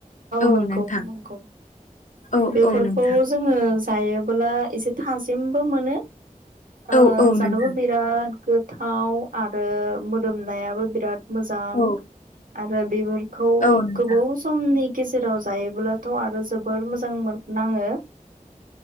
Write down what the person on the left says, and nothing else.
औ
नोंथां।
औ
औ नोंथां
औ औ
नोंथां
औ
औ नोंथां